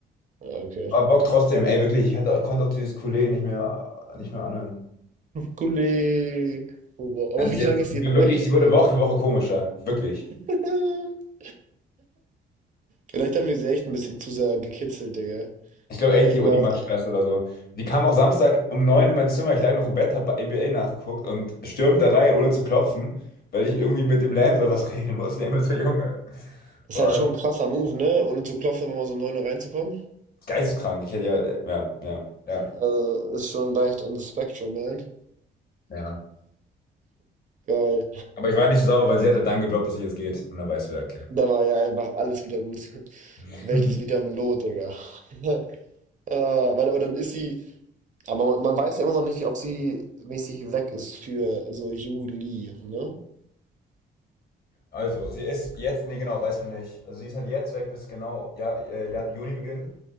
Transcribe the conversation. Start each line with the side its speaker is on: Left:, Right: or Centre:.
Right: Ja, okay.
Left: Aber Bock trotzdem, ey, wirklich. Ich hatte, konnte auch dieses Coulet nicht mehr, nicht mehr anhören.
Right: Gule. Oh, wow. Aber
Left: Und
Right: wie
Left: sie
Right: lange
Left: hat sie
Right: ist die jetzt
Left: wirklich,
Right: weg?
Left: sie wurde Woche für Woche komischer. Wirklich.
Right: <laughs> Vielleicht haben wir sie echt ein bisschen zu sehr gekitzelt, Digga.
Left: Ich glaube echt,
Right: Vielleicht
Left: die Uni
Right: war
Left: macht
Right: es, ey.
Left: Stress oder so. Die kam auch Samstag um neun in mein Zimmer. Ich lag noch im Bett, habe NBA nachgeguckt und stürmt da rein, ohne zu klopfen, weil ich irgendwie mit dem Landlord was <laughs> regeln musste. Ich denk mir so, Junge,
Right: Ist
Left: boah,
Right: halt schon ein krasser Move, ne? Ohne zu klopfen, wenn man so um 9 Uhr reinzukommen.
Left: Geisteskrank. Ich hätte ja, ja, ja, ja,
Right: Also, ist schon leicht on the spectrum, man.
Left: ja.
Right: Geil.
Left: Aber ich war nicht so sauer, weil sie hat halt dann gedroppt, dass sie jetzt geht. Und dann weißt du ja, okay.
Right: Da war ja einfach alles wieder gut.
Left: <laughs>
Right: Welt ist wieder im Lot, Digga. <laughs> Äh, aber, aber dann ist sie. Aber man weiß ja immer noch nicht, ob sie mäßig weg ist für so Juli, ne?
Left: Also, sie ist jetzt, nee, genau, weiß man nicht. Also, sie ist halt jetzt weg bis genau ja, äh, Jan- Juni beginnen.